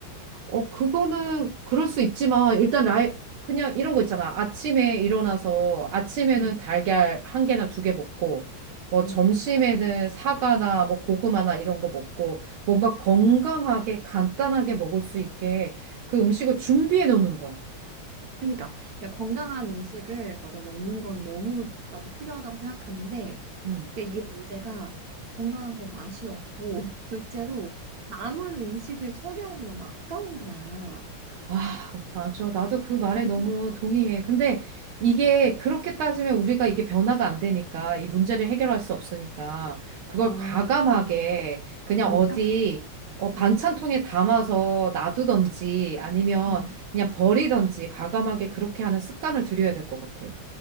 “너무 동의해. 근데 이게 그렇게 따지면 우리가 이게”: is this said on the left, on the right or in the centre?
Right